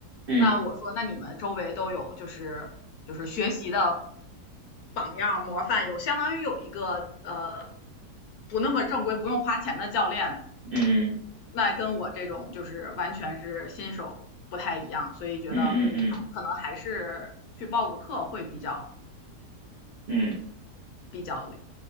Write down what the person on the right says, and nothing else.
嗯
嗯嗯
嗯嗯嗯嗯嗯嗯
嗯